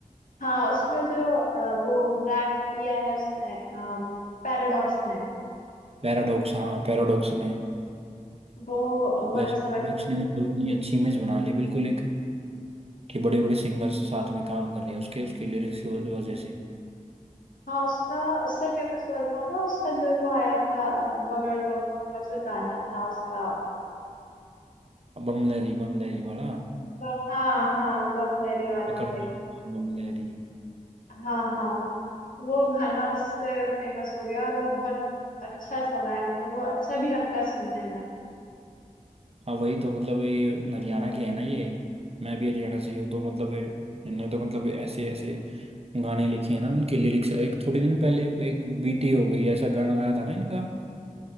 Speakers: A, on the left (about 75°); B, on the right (about 45°).
A: हाँ उसमें जो अ, वो रैप किया है उसने पैराडॉक्स ने
B: पैराडॉक्स हाँ पैराडॉक्स ने
A: वो बहुत
B: वैसे
A: अच्छा
B: पैराडॉक्स ने मतलब अपनी अच्छी इमेज बना ली बिल्कुल एक कि बड़े बड़े सिंगर्स साथ में काम कर रहे हैं उसके उसके लिरिक्स की वज- वजह से
A: हाँ उसका उससे फेमस हुआ था ना उसका जो वो आया था अ, बगड़ बम बम्बा जो गाना था उसका
B: बम लहरी बम लहरी वाला
A: ब- हाँ हाँ बमलरी वाला
B: पकड़
A: वही
B: बम बम लहरी
A: हाँ हाँ वो गाना उससे फेमस हो गया और वो बहुत अच्छा चला है मतलब वो अच्छा भी लगता है सुनने में
B: हाँ वही तो मतलब ये हरियाणा के है ना ये मैं भी हरियाणा से ही हूँ तो मतलब ये- इनने तो मतलब ऐसे ऐसे गाने लिखे हैं ना उनके लिरिक्स एक थोड़े दिन पहले एक बीटी हो गई ऐसा गाना आया था ना इनका